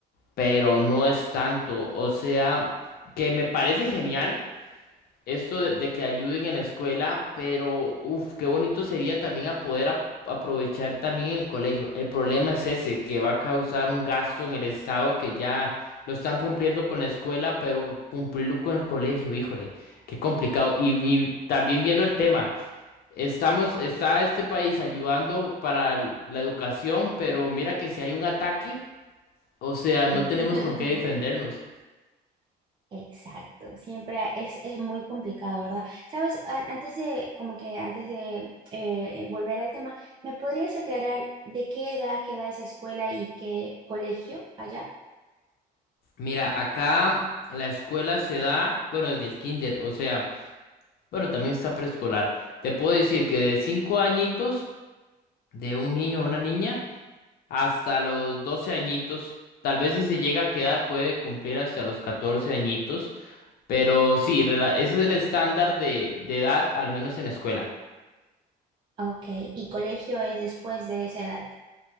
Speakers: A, on the left; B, on the right.
A: pero no es tanto. O sea, que me parece genial esto de, de que ayuden en la escuela, pero uff, qué bonito sería también a poder ap- aprovechar también el colegio. El problema es ese, que va a causar un gasto en el estado que ya lo están cumpliendo con la escuela, pero cumplirlo con el colegio, híjole, qué complicado. Y, y también viendo el tema. Estamos, está este país ayudando para l- la educación, pero mira que si hay un ataque, o sea, no
B: <laughs>
A: tenemos con qué defendernos.
B: Exacto, siempre es, es muy complicado, ¿verdad? Sabes, A- antes de, como que antes de eh, volver al tema, ¿me podrías aclarar de qué edad queda esa escuela y qué colegio allá?
A: Mira, acá la escuela se da, bueno, desde el kinder, o sea, bueno, también está preescolar. Te puedo decir que de cinco añitos de un niño o una niña hasta los 12 añitos, tal vez si se llega a quedar puede cumplir hasta los 14 añitos, pero sí, rela- ese es el estándar de, de edad, al menos en escuela.
B: Ok, y colegio es después de esa edad.